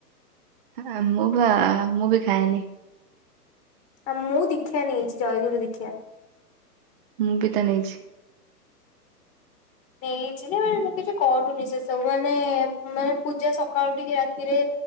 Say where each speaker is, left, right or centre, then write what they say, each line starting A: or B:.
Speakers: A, on the right; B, on the left.
A: ଆ ମୁଁ ପା ମୁଁବି ଖାଏନି।
B: ଆ ମୁଁ ଦୀକ୍ଷା ନେଇଛି ଜୟଗୁରୁ ଦୀକ୍ଷା।
A: ମୁଁବିତ ନେଇଛି।
B: ନେଇଚିଯେ ହେଲେ ମୁଁକିଛି କରୁନି ସେ ସବୁ ମାନେ ମାନେ ପୂଜା ସକାଳୁ ଉଠିକି ରାତିରେ